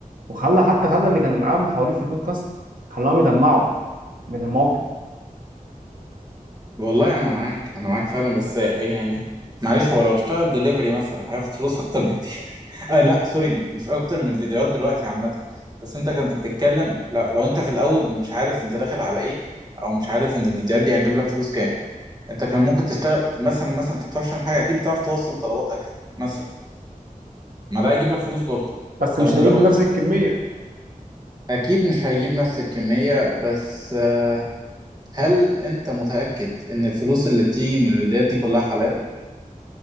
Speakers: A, on the right; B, on the right.
A: وخلى حتى خلى اللي كانوا معاه محاورين في البودكاست خلاهم يدمعوا من الموقف
B: والله انا معاك انا معاك فعلا بس يعني معلش هو لو اشتغل دليفري مثلا هياخد فلوس اكتر بكتير <laughs> آه لا سوري مش اكتر من الفيديوهات دلوقتي عامه بس انت كنت بتتكلم لو, لو انت في الاول مش عارف انت داخل على ايه او مش عارف ان الفيديوهات دي هتجيب لك فلوس كام انت كان ممكن تشتغل مثلا مثلا انت بتعرفش تعمل حاجه اكيد بتعرف توصل طلبات اكل مثلا ما ده هيجيب لك فلوس برضه
A: بس
B: لو
A: مش
B: انت
A: هجيب
B: لو
A: لنفس الكميه
B: اكيد مش هيجيب نفس الكميه بس آه، هل انت متاكد ان الفلوس اللي بتيجي من الفيديوهات دي كلها حلال